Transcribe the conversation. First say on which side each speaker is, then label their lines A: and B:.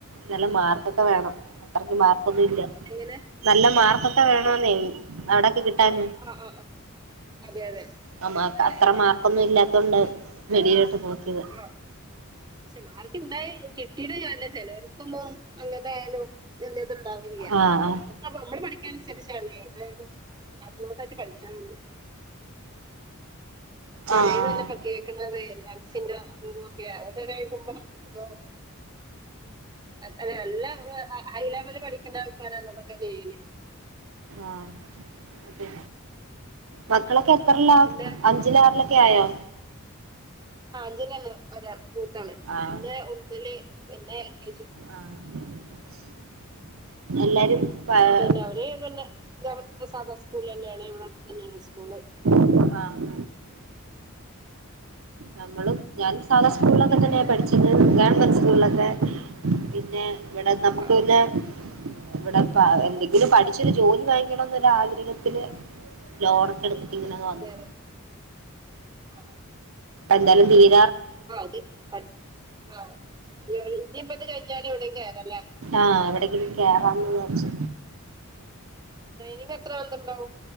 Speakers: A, on the right (about 65°); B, on the right (about 20°).
A: നല്ല മാർക്കൊക്കെ വേണം അത്രക്ക് മാർക്കൊന്നില്ലെ
B: എങ്ങനെ
A: നല്ല മാർക്കൊക്കെ വേണോന്നെയ് അവിടൊക്കെ കിട്ടാൻ
B: ആഹ് ആഹ് ആഹ് അതെ അതെ
A: ആഹ് മാർക്ക് അത്ര മാർക്കൊന്നും ഇല്ലാത്തോണ്ടവും വെളിയിലോട്ട് നോക്കിയത്
B: ആഹ് ചേലോർക്ക് ഇണ്ടയ കിട്ടീയിട്ട് കാര്യല്ല ചിലോർക്കുമ്പോ അങ്ങനെ ആയാലും എല്ലേതുണ്ടാവുല്ല്യ
A: ആഹ്
B: അപ്പ നമ്മള് പഠിക്കണ അനുസരിച്ചാവുല്യേ അതായത് അത്തത് പഠിച്ചാണ്ട് പലേതല്ല
A: ആഹ് ആഹ്
B: പ്പോ കേൾക്ക്ണത് ഡ്രഗ്സിന്റെ അതു ഇതൊക്കെ അതൊണ്ടന്നെ ആയിരിക്കും പ്പം പ്പൊ അത് അതെ അല്ല ഹൈ ലെവല് പഠിക്കുന്ന ആൾക്കാരാണ് അതൊകെ ചെയ്യല്
A: ആഹ് അതെ മക്കളൊക്കെ എത്രല്ല അഞ്ച്
B: എന്റെ
A: അഞ്ചിലാർലൊക്കെ ആയോ
B: ആഹ് അഞ്ജലാണ് ഒരാൾ മൂത്താള്
A: ആഹ്
B: പിന്നെ ഒന്നില് പിന്നെ എ കെ ജി
A: ആഹ് എല്ലാരും ആഹ്
B: പിന്നെ അവര് പിന്നെ ഗവർ സാദാ സ്കൂളിലെന്നെണ് ഇവിടെ അട്ത്തന്നെണ് സ്കൂള്
A: ആഹ് നമ്മളും ഞാനും സാധാ സ്കൂളിലൊക്കെ
B: പിന്നെ
A: തന്നെ പഠിച്ചത് ഗവൺമെന്റ് സ്കൂളിലൊക്കെ പിന്നെ പിന്നെ ഇവിടെ നമ്മുക്ക്
B: ആ
A: പിന്നെ ഇവിടെ ഇപ്പ എന്തെങ്കിലും പഠിച്ചൊരു ജോലി വാങ്ങിക്കണംന്ന് ഒരു ആഗ്രഹത്തില് ലോണൊക്കെ എടുത്ത് ഇങ്ങനെ വന്നു
B: അതെ അതെ ആ
A: എന്താലും ബീ എ
B: ആ അതെ പഠ് ആ ഇനി അവര് ഇനി ഇപ്പൊ ഇത് കഴിഞ്ഞാല് എവിടേലും കേറാ ലെ
A: ആഹ് എവിടെങ്കിലും കേറാന്ന് വിചാരിച്ചു
B: ട്രെയിനിങ് എത്ര <unintelligible>